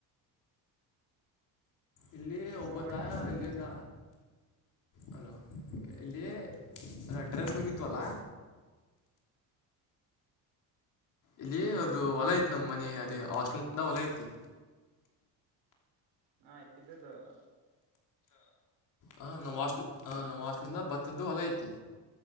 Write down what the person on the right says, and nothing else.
ಹ್ಮ
ಒಟ್ಟ ಮತ್
ಹಾ ಇದದು